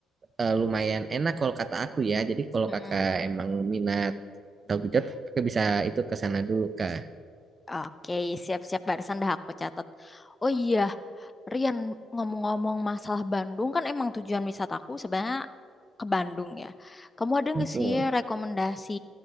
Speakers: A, on the right; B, on the left.
A: eh, lumayan enak kalau kata aku ya. Jadi kalau
B: Mm-mm.
A: kakak emang minat tahu gejrot, kakak bisa itu ke sana dulu kak.
B: Oke, siap-siap barusan dah aku catat. Oh iya, Rian, ngomong-ngomong masalah Bandung kan emang tujuan wisataku sebenarnya ke Bandung ya. Kamu ada
A: Betul.
B: nggak sih rekomendasi